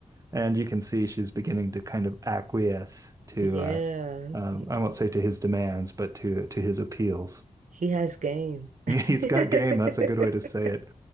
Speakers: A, on the right; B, on the right.
A: And you can see she's beginning to kind of acquiesce to,
B: Yeah,
A: uh, um,
B: he
A: I won't say to his demands, but to to his appeals.
B: he has game.
A: <laughs>
B: <laughs>
A: He's got game. That's a good way to say it.